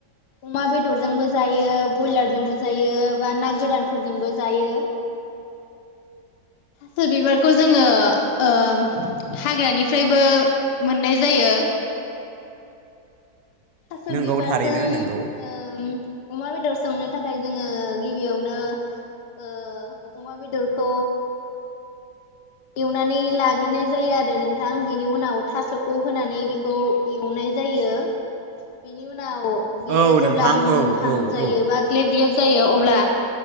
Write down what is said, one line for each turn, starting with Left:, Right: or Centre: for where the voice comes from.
Left: अमा बेदरजोंबो जायो बयलारजोंबो जायो बा ना गोरानफोरजोंबो जायो थास' बिबारखौ जोङो ओ हाग्रानिफ्रायबो मोननाय जायो थास'
Right: नोंगौ
Left: बिबारजों
Right: थारैनो नोंगौ
Left: ओम अमा बेदर संनो थाखाय जोङो गिबियावनो ओ अमा बेदरखौ एवनानै लाग्रोनाय जायो आरो नोंथां बिनि उनाव थास'खौ होनानै बेखौ एवनाय जायो बेनि उनाव बियो
Right: औ
Left: जेब्ला
Right: नोंथां
Left: मोनहां
Right: औ औ
Left: जायो
Right: औ
Left: बा ग्ले ग्ले जायो अब्ला